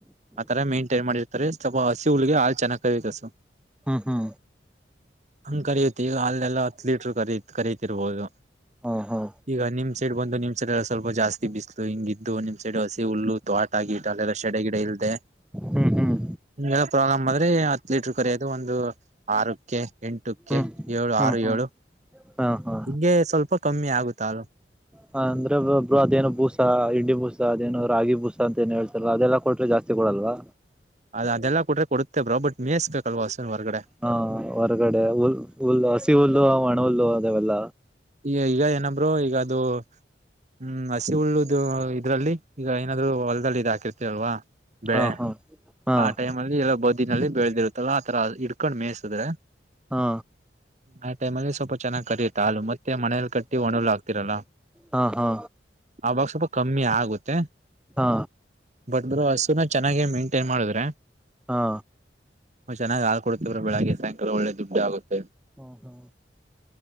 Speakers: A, on the right; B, in the centre.
A: ಆ ತರ ಮೇಂಟೈನ್ ಮಾಡಿರ್ತಾರೆ ಸ್ವಲ್ಪ ಹಸಿ ಹುಳಿಗೆ ಹಾ ಚನ್ನಾಗಿಗತಸ
B: ಹ್ಮ್ ಹ್ಮ
A: ಹಂಗ್ ಕರಿಯುತ್ತೆ ಈಗ ಅಲ್ಲೆಲ್ಲಾ ಅತ್ ಲೀಟ್ರು ಕರೀತ್ ಕರೀತಿರ್ಬೋದು
B: ಹಾ ಹಾ
A: ಈಗ ನಿಮ್ ಸೈಡ್ ಬಂದು ನಿಮ್ ಸೈಡೆಲ್ಲ ಸ್ವಲ್ಪ ಜಾಸ್ತಿ ಬಿಸ್ಲು ಹಿಂಗ ಇದ್ದು ನಿಮ್ ಸೈಡ್ ಹಸಿ ಹು ತೋ ಆಟ ಆಗಿ ಇ ಅಲ್ಲೆಲ್ಲ ಸಡ ಗಿಡ ಇಲ್ಲದೆ
B: ಹ್ಮ್ ಹ್ಮ್
A: ನಿಮಗೆಲ್ಲ ಪ್ರಾಬ್ಲಮ್ ಆದ್ರೆ ಅತ್ ಲೀಟ್ರ್ ಕರಿ ಅದು ಒಂದು ಆರುಕ್ಕೆ ಎಂಟಕ್ಕೆ
B: ಹ್ಮ್
A: ಏಳು
B: ಹ್ಮ್
A: ಆರು
B: ಹ್ಮ್
A: ಏಳು
B: ಹಾ ಹಾ
A: ಹಗೆ ಸ್ವಲ್ಪ ಕಮ್ಮಿ ಆಗುತ್ತ ಅ
B: ಹ ಅಂದ್ರೆ ಒಬ್ಬರು ಅದೇನು ಬೂಸ ಇಂಡಿ ಬೂಸ ಅದೇನು ರಾಗಿ ಬೂಸ ಅಂತ ಏ ಹೇಳ್ತಾರಲ್ಲ ಅದೆಲ್ಲ ಕೊಟ್ರೆ ಜಾಸ್ತಿ ಕೊಲ್ವಾ
A: ಅದ ಅದೆಲ್ಲ ಕೊಡ್ರೆ ಕೊಡ್ತ್ತೇ ಬ್ರ ಬಟ್ ಮೇಯಸ್ಬೇಕಲ್ವಾ ಹೊಸನ್ ಹೊರ್ಗಡೆ
B: ಹಾ ಹೊರಗಡೆ ಹುಲ್ ಹುಲ್ಲು ಹಸಿ ಹುಲ್ಲು ಒಣ ಹುಲ್ಲು ಅದವೆಲ್ಲ
A: ಈ ಈಗ ಏನಂಬರು ಈಗ ಅದು ಹ್ಮ್ ಹಸಿ ಉಳ್ಳುದು ಇದ್ರಲ್ಲಿ ಈಗ ಏನಾದ್ರು ಹೊಲದಲ್ಲಿ ಇದ ಹಾಕಿರ್ತಲ್ವಾ ಬೆಳೆ
B: ಹಾ ಹಾ ಹಾ
A: ಆ ಟೈಮ್ ಅಲ್ಲಿ ಎಲ್ಲೋ ಬದ್ದಿನಲ್ಲಿ ಬೆಳೆದಿ ಇರುತ್ತಲ್ಲ ಆ ತರ ಇಿಡ್ಕೊಂಡ್ ಮೇಯಿಸುದ್ರೆ
B: ಹಾ
A: ಆ ಟೈಮಲ್ಲಿ ಸ್ವಲ್ಪ ಚೆನ್ನಾಗ್ ಕರಿತ್ತ ಹಾಲು ಮತ್ತೆ ಮನೇೆಯಲ್ಲಿ ಕಟ್ಟಿ ಒಣಲು ಆಗ್ತಿರಲ್ಲ
B: ಹಾ ಹಾ
A: ಅವಾಗ ಸ್ವಲ್ಪ ಕಮ್ಮಿ ಆಗುತ್ತೆ
B: ಹಾ
A: ಬಟ್ ಹಸುನ ಚೆನ್ನಾಗೆ ಮೇಂಟೈನ್ ಮಾಡಿದ್ರೆ
B: ಹಾ
A: ಚೆನ್ನಾಗಿ ಹಾ ಕೊಡ್ತವ್ರ ಬೆಳಿಗ್ಗೆಾಯಂಕಾಲ ಒೆ ದುಡ್ಡು ಆಗುತ್ತೆ
B: ಹ ಹಾ